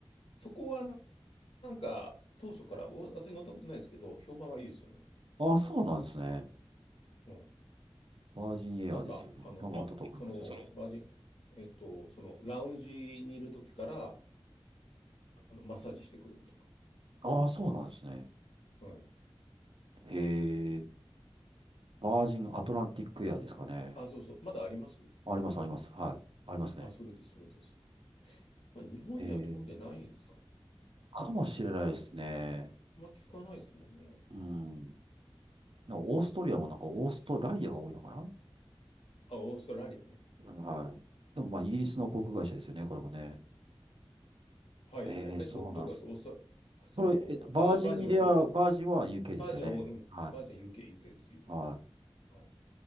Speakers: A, on the left (about 85°); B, on the right (about 70°).
A: そこはななんか当初から、お私乗ったことないですけど、評判はいいですよね。
B: あ、あそうなんですね。
A: うん。
B: バージンエアーですよね。
A: なんか、あの、
B: 多分ああったと思います。
A: ま、その、
B: その、
A: バージン、えっと、その、ラウンジにいる時から、あの、マッサージしてくれるとか。
B: ああ、そうなんですね。
A: うん。
B: へえ。バージンアトランティックエアーですかね。
A: あ、そうそう。まだあります
B: あります、あります。はい。ありますね。
A: あ、それです、それです。まあ、日本には飛んでないんですかね。
B: へえ。かもしれないですね。
A: まあ、聞かないですもんね。
B: うん。なんかオーストリアもなんかオーストラリアが多いのかな
A: あ、オーストラリアね。
B: うんはい。でもまあ、イギリスの航空会社ですよね、これもね。
A: はいはい。
B: へえ、
A: え、
B: そうなんです。
A: ど、どこですオーストラ、その、
B: これ、えっと、バージンエアー、
A: あ、バージンはそう。
B: バージンは UK ですよね。
A: バージンは、うん。
B: はい。
A: バージンは UK、UK です、有形です。
B: はい。
A: はい。